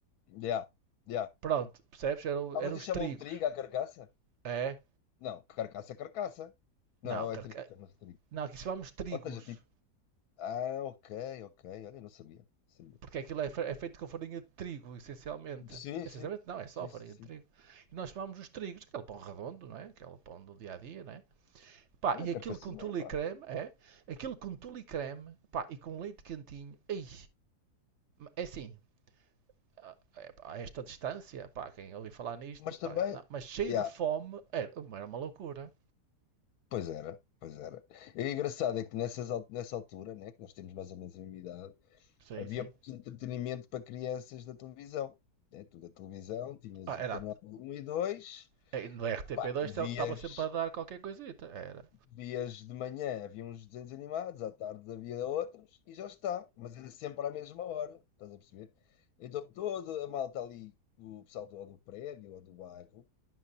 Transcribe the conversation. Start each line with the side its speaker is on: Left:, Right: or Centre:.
Left: Yeah, yeah.
Right: Pronto, percebes, eram,
Left: Ah,
Right: eram
Left: vocês
Right: os
Left: chamam
Right: trigos,
Left: trigo à carcaça?
Right: é,
Left: Não, carcaça é carcaça. Não,
Right: não, carca...
Left: é trigo, chama-se trigo.
Right: não, aqui chamamos trigos,
Left: Ou seja, tipo, ah, ok, ok, olha, eu não sabia. sabia.
Right: porque aquilo é, fe- é feito com farinha de trigo, essencialmente.
Left: Sim,
Right: Essencialmente
Left: sim,
Right: não, é só
Left: sim,
Right: farinha
Left: sim, sim.
Right: de trigo. E nós chamamos os trigos, aquele pão redondo, não é? Aquele pão do dia a dia, né Pá,
Left: Tem
Right: e
Left: a
Right: aquilo
Left: carcassinha,
Right: com tule
Left: é claro.
Right: e creme, é? Aquilo com tule e creme, pá, e com leite quentinho. Ei, é assim, a- é, esta distância, pá, quem ouvi falar nisto,
Left: Mas
Right: pá,
Left: também,
Right: não, mas cheio
Left: yeah,
Right: de fome, era, era uma loucura.
Left: pois era, pois era. E o engraçado é que nessas, al- nessa altura, né, que nós temos mais ou menos a mesma idade,
Right: Sim,
Left: havia
Right: sim.
Left: entretenimento para crianças da televisão. É, tu da televisão, tinhas
Right: Ah,
Left: o
Right: era,
Left: canal um e dois
Right: eh, no RTP2
Left: pá, e vias.
Right: estava sempre a dar qualquer coisita, era.
Left: Vias de manhã havia uns desenhos animados, à tarde havia outros e já está. Mas era sempre à mesma hora, estás a perceber? Então toda a malta ali, o pessoal do, ou do prédio ou do bairro,